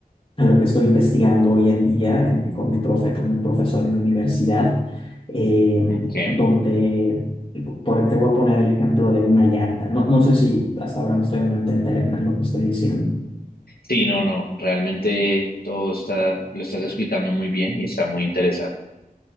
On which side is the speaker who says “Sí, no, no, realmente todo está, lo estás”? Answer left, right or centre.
Left